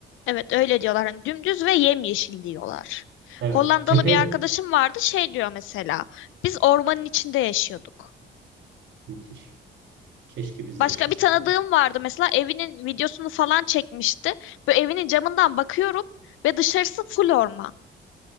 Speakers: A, on the left; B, on the right.
A: Evet öyle diyorlar. Hani dümdüz ve yemyeşil diyorlar.
B: Evet.
A: Hollandalı
B: Tepe
A: bir
B: yok.
A: arkadaşım vardı şey diyor mesela. Biz ormanın içinde yaşıyorduk.
B: Müthiş. Keşke biz
A: Başka
B: de yaşasak
A: bir tanıdığım
B: öyle.
A: vardı mesela evinin videosunu falan çekmişti. Böyle evinin camından bakıyorum ve dışarısı full orman.